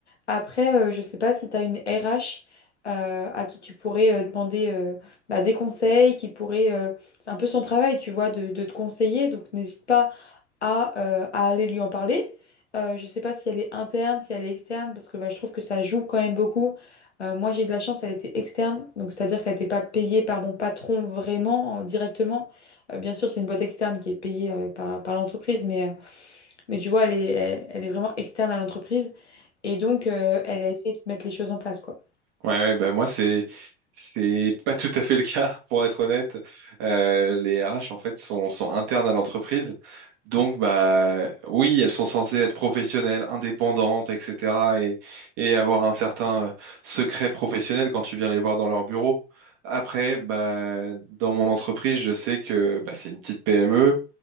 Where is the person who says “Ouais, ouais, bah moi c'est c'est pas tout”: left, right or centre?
Right